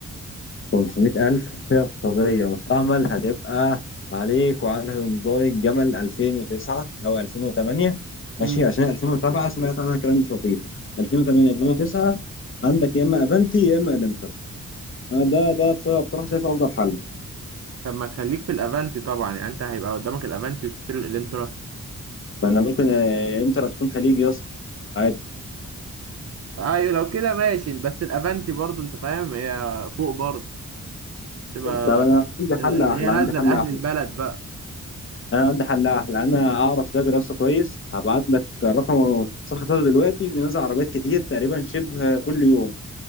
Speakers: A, on the left (about 40°); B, on the right (about 50°).
A: 500000 فئه اقتصاديه مستعمل هتبقى عليك وعلى هيونداي الجمل 2009 او 2008 ماشي
B: امم
A: عشان 2007 سمعت عنها كلام مش لطيف 2008 2009 عندك يا اما افنتي يا اما الانتر أنا ده ده بص- بصراحه شايفه افضل حل
B: طب ما تخليك في الافانتي طبعا يعني انت هيبقى قدامك الافانتي وتشتري الالنترا
A: لان ممكن آه، انتر هتكون خليجي يا اسطى عادي
B: ايوه لو كده ماشي بس الافنتي برضو انت فاهم هي فوق برضو تبقى
A: طب انا عندي
B: اللي
A: حل احلى
B: هي نازله
A: عندي حل
B: لاهل
A: احلى
B: البلد بقى
A: انا عندي حل احلى انا اعرف تاجر يا اسطى كويس هبعت لك رقم صفحه بتاعته دلوقتي بينزل عربيات كتير تقريبا شبه كل يوم